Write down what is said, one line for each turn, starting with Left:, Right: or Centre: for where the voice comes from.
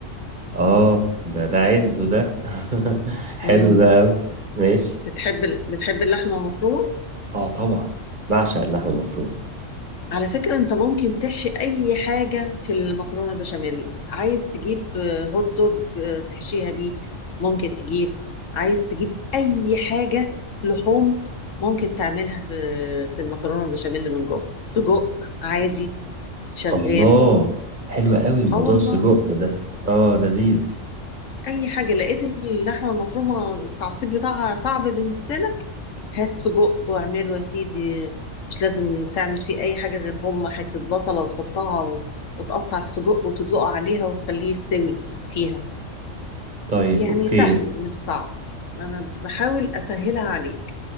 Right: اه ده ده عز وده <laughs>
Left: مم.
Right: حلو ده قوي ماشي
Left: بتحب ال- بتحب اللحمة المفرومة
Right: اه طبعا بعشق اللحم المفروم
Left: على فكرة انت ممكن تحشي اي حاجة في المكرونة البشاميل عايز تجيب آه، هوت دوج آه، تحشيها بيه ممكن تجيب عايز تجيب اي حاجة لحوم ممكن تعملها في في المكرونة البشاميل من جوه سجق عادي شغال
Right: الله حلو قوي موضوع
Left: اه والله
Right: السجق ده اه لذيذ
Left: اي حاجة لقيت اللحمة المفرومة التعصيب بتاعها صعب بالنسبة لك هات سجق واعمله يا سيدي مش لازم تعمل فيه اي حاجه غير هم حته بصله وتحطها و... وتقطع السجق وتدلقه عليها وتخليه يستوي فيها
Right: طيب
Left: يعني
Right: اوكي
Left: سهل مش صعب انا بحاول اسهلها عليك